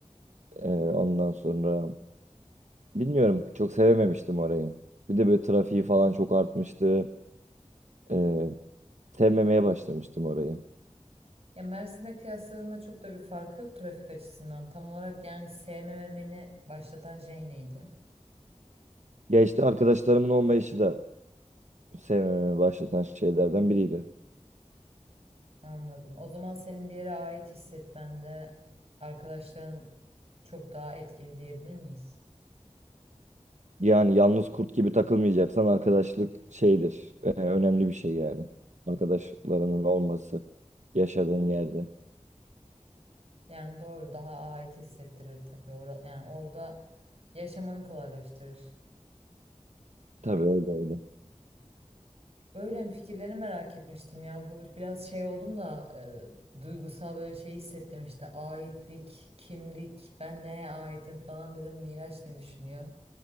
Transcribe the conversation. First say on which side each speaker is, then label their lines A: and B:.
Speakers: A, on the right; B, on the right.
A: Ee, ondan sonra bilmiyorum çok sevememiştim orayı. Bir de böyle trafiği falan çok artmıştı. Ee, sevmemeye başlamıştım orayı.
B: Ya Mersin'e kıyasladığında çok da bir farkı yok trafik açısından. Tam olarak yani sevmemeni başlatan şey neydi?
A: Ya işte arkadaşlarımın olmayışı da sevmemeye başlatan şeylerden biriydi.
B: Anladım. O zaman senin bir yere ait hissetmende arkadaşların çok daha etkili diyebilir miyiz?
A: Yani yalnız kurt gibi takılmayacaksan arkadaşlık şeydir. Ee, önemli bir şey yani. Arkadaşlarının olması yaşadığın yerde.
B: Yani doğru daha ait hissettirir tabii. Ora- yani orada yaşamanı kolaylaştırır.
A: Tabii öyle öyle.
B: Öyle mi? Fikirlerini merak etmiştim ya. Bu biraz şey oldum da e, duygusal böyle şey hissettim işte. Aitlik, kimlik, ben nereye aitim falan dedim. Miraç ne düşünüyor?